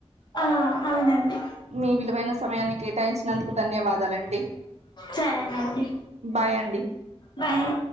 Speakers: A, on the left; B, on the right.
A: ఆ అవునండి
B: మీ విలువైన సమయాన్ని కేటాయించినందుకు ధన్యవాదాలు అండి
A: సరేనండి
B: బాయ్ అండి
A: బాయ్